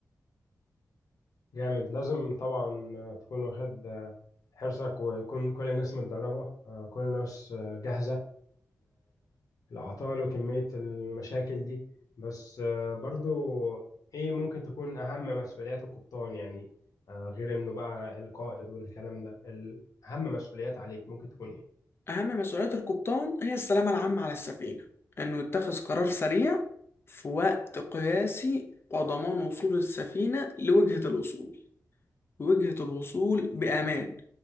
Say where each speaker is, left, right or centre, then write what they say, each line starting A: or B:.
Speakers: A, on the left (about 65°); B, on the left (about 40°).
A: جامد لازم طبعا آه، تكون واخد آه، حرصك ويكون كل الناس متدربة آه، كل الناس آه، جاهزة للأعطال وكمية المشاكل دي بس آه، برضو إيه ممكن تكون أهم مسؤوليات القبطان يعني آه، غير إنه بقى القائد والكلام ده ال- أهم مسؤوليات عليك ممكن تكون إيه
B: أهم مسؤوليات القبطان هي السلامة العامة على السفينة إنه يتخذ قرار سريع في وقت قياسي وضمان وصول السفينة لوجهة الوصول وجهة الوصول بأمان